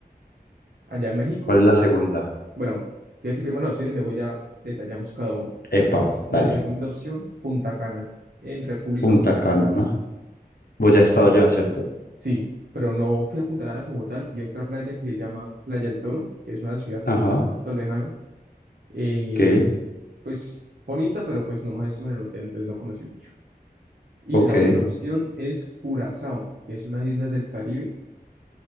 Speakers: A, on the right (about 65°); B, on the left (about 65°).
A: Allá en México,
B: ¿Cuál es
A: pues
B: la segunda?
A: eh, bueno, ya decir primero las opciones y luego ya detallamos cada uno.
B: Epa,
A: La
B: dale.
A: segunda opción, Punta Cana, en República
B: Punta
A: Dominicana.
B: Cana. Vos ya has estado allá, ¿cierto?
A: Sí, pero no fui a Punta Cana como tal, fui a otra playa que se llama Playa del Toro, que es una ciudad
B: Ajá.
A: un poquito lejana. eh,
B: Ok,
A: pues bonita, pero pues nomás estuve en el hotel, entonces no conocí mucho. Y
B: ok.
A: la otra opción es Curazao, que es unas islas del Caribe,